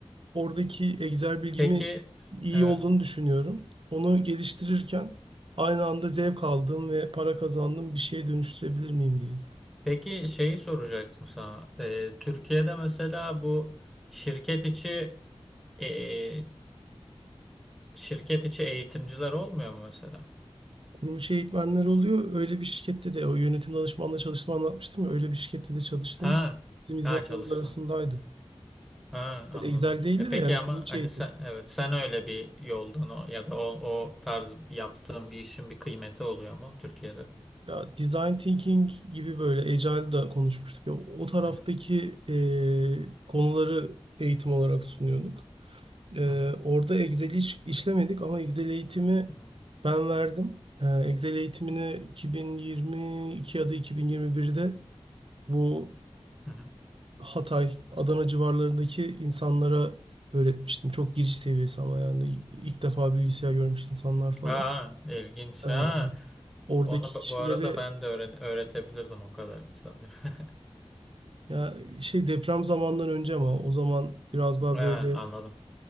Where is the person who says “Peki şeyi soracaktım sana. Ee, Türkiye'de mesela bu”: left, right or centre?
Centre